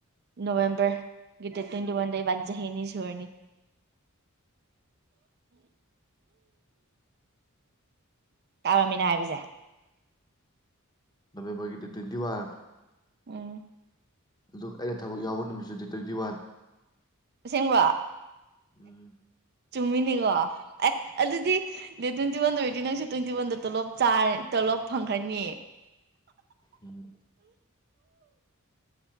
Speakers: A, on the right; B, on the left.
A: ꯅꯣꯕꯦꯝꯕꯔꯒꯤ ꯗꯦꯠ ꯇ꯭ꯋꯦꯟꯇꯤ ꯋꯥꯟꯗ ꯏꯕꯥꯅꯤ ꯆꯍꯤ ꯑꯅꯤ ꯁꯨꯔꯅꯤ ꯇꯥꯔꯕꯃꯤꯅ ꯍꯥꯏꯕꯁꯦ
B: ꯅꯥꯕꯦꯟ ꯕꯔꯒꯤꯗꯦꯠ ꯇꯋꯦꯟꯇꯤ ꯋꯥꯔ
A: ꯎꯝ
B: ꯑꯗꯨ ꯑꯩꯅ ꯊꯕꯛ ꯌꯥꯎꯕ ꯅꯨꯃꯤꯠꯁꯨ ꯗꯦꯠ ꯇ꯭ꯋꯦꯟꯇꯤ ꯋꯥꯟ
A: ꯑꯁꯤꯡꯕ
B: ꯎꯝ
A: ꯆꯨꯝꯃꯤꯅꯤꯀꯣ ꯑꯦ ꯑꯗꯨꯗꯤ ꯗ ꯇ꯭ꯋꯦꯟꯇꯤ ꯋꯥꯟꯗ ꯑꯣꯏꯔꯗꯤ ꯅꯪꯁꯨ ꯇ꯭ꯋꯦꯟꯇꯤ ꯋꯥꯟꯗ ꯇꯂꯣꯞ ꯇꯂꯣꯞ ꯐꯪꯈ꯭ꯔꯅꯤꯌꯦ
B: ꯎꯝ